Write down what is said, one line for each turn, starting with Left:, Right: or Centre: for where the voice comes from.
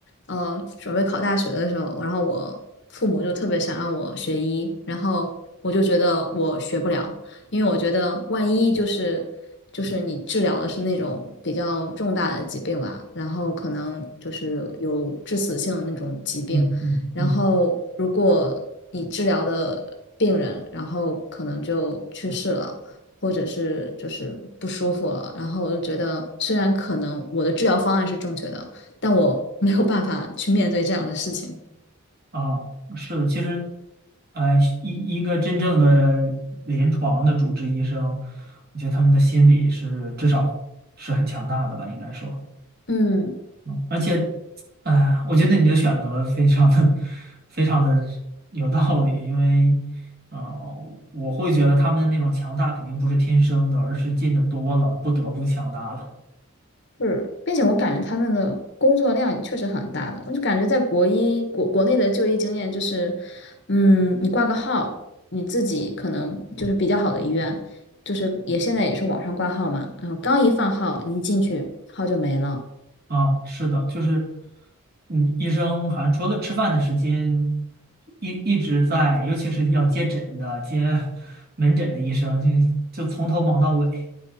Left: 呃，准备考大学的时候，然后我父母就特别想让我学医，然后我就觉得我学不了，因为我觉得万一就是就是你治疗的是那种比较重大的疾病吧，然后可能就是有致死性的那种疾病。
Right: 嗯嗯嗯，
Left: 然后如果你治疗的病人，然后可能就去世了，或者是就是不舒服了，然后我就觉得，虽然可能我的治疗方案是正确的，但我没有办法去面对这样的事情。
Right: 啊，是的，其实，呃，一一个真正的临床的主治医生，我觉得他们的心理是至少是很强大的吧，应该说。
Left: 嗯，
Right: 嗯而且，哎，我觉得你的选择非常的、<laughs> 非常的有道理，因为，呃，我会觉得他们的那种强大肯定不是天生的，而是见的多了，不得不强大了。
Left: 是，并且我感觉他们的工作量也确实很大的，我就感觉在国医国国内的就医经验就是，嗯，你挂个号，你自己可能就是比较好的医院，就是也现在也是网上挂号嘛，然后刚一放号，你一进去号就没了。
Right: 啊，是的，就是，嗯，医生好像除了吃饭的时间，一一直在，尤其是要接诊的、接门诊的医生，就就从头忙到尾。